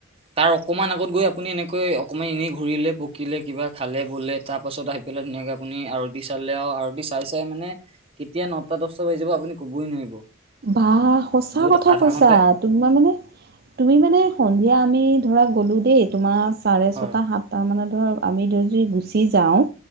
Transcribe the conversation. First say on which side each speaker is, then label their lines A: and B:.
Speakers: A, on the right (about 30°); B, on the right (about 50°).
A: তাৰ অকমান আগত গৈ আপুনি এনেকৈ অকমান এনেই ঘূৰিলে পকিলে কিবা খালে বলে তাৰ পাছত আহি পেলাই ধুনীয়াকে আপুনি আৰতি চালে আৰু আৰতি চাই চাই মানে কেতিয়া নটা-দহটা বাজি যাব আপুনি কবই নোৱাৰিব।
B: বা সঁচা
A: য'ত
B: কথা
A: আধা
B: কৈছা।
A: ঘন্টা
B: তোমাৰ মানে তুমি মানে সন্ধিয়া আমি ধৰা গলো দেই, তোমাৰ চাৰে
A: হয়
B: ছটা, সাতটা মানত ধৰ আমি যদি গুচি যাওঁ।